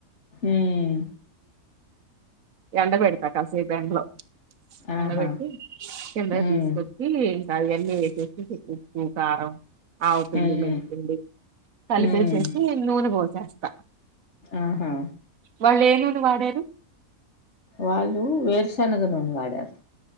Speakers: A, on the left; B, on the right.
A: ఉమ్
B: ఎండ బడి ప్రకాశే బ్యాంకులో నిలబెట్టి
A: ఆహా
B: కిందకి
A: ఉమ్
B: తీసుకొచ్చి అవి అన్ని వేసేసి <unintelligible> కారం ఆవపిండి
A: ఉమ్
B: మెంతిపిండి కలిపేసేసి
A: ఉమ్
B: నూనె పో చేస్తా
A: ఆహా
B: వాళ్ళు ఏ నూనె వాడేది
A: వాళ్ళు వేరుశనగ నూనె వాడారు